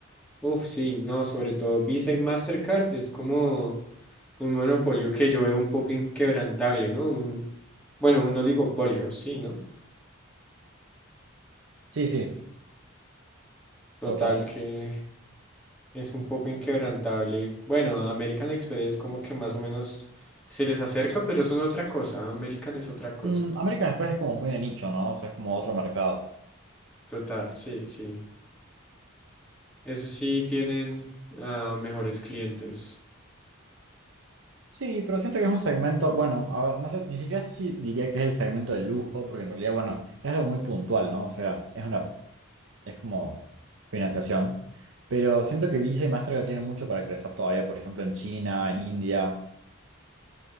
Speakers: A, in the centre; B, on the right.
A: Uf, sí, no, sobre todo Visa y Mastercard es como un monopolio que yo veo un poco inquebrantable, ¿no? Un, bueno, un oligopolio, sí, ¿no?
B: Sí, sí,
A: Total
B: total.
A: que es un poco inquebrantable. Bueno, American Express como que más o menos se les acerca, pero son otra cosa. American es otra cosa.
B: Mm, American Express es como muy de nicho, ¿no? O sea, es como otro mercado.
A: Total, sí, sí. Eso sí tienen ah, mejores clientes.
B: Sí, pero siento que es un segmento, bueno, a ver, no sé, ni siquiera sé si diría que es el segmento de lujo, porque en realidad, bueno, es algo muy puntual, ¿no? O sea, es una es como financiación. Pero siento que Visa y Mastercard tienen mucho para crecer todavía, por ejemplo, en China, en India,